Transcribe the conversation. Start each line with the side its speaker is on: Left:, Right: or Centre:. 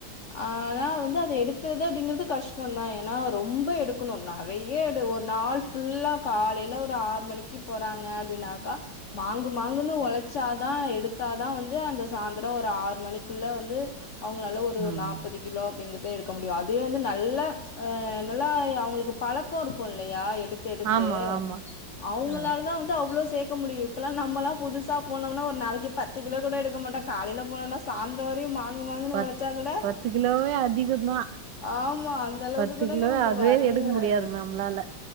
Left: ஆ ஆனா வந்து அத எடுத் துத விண்கறது கஷ்டோ தா ஏன்னா ரொம்ப எடுக்கணு நெறையடு ஒரு நாள் ஃபுல்லா காலையில ஒர் ஆறு மணிக்கு போறாங்க அப்டின்னாக்கா மாங்கு மாங்குன்னு ஒழச் சாதா எடுத்தா தா வந்து அந்த சாந்தரோ ஒர் ஆறு மணிக்குள்ள வந்து அவ்ங்களால ஒரு
Right: ம்
Left: நா தி கிலோ அப்டிங்கறத எடுக்க முடியு அதே வந்து நல்ல ஆ நல்லா அவுங்களுக்கு பழக்கோ இருக்கு இல்லையா எடுத் து எடுத்து
Right: ஆமா ஆமா
Left: அவுங்களால
Right: ஆ
Left: தா வந்து அவ்ளோ சேக்க முடியு இப்பலா நம்மல்லா புதுசா போனோம்னா ஒர் நாளைக்கி பத்து கிலோ கூட எடுக்க மாட்டே காலைல போனோனா சாந்தர வரையு மாங்கு மாங்குன்னு
Right: பத்
Left: ஒழச்சா கூட
Right: பத்து கிலோவே அதிகந்தா
Left: ஆமா அந்த அளவுக்கு
Right: பத்து
Left: கூட
Right: கிலோவே
Left: நமக்கு
Right: அதுவே
Left: வரவே
Right: எடுக்க
Left: வராது
Right: முடியாது நம்ளால